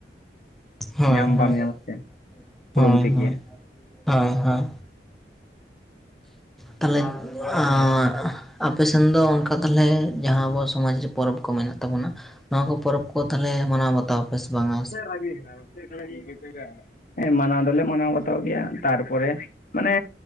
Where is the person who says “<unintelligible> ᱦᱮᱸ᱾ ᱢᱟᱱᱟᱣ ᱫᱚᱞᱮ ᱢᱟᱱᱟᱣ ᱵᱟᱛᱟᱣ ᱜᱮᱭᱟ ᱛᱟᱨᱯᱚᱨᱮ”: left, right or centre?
Left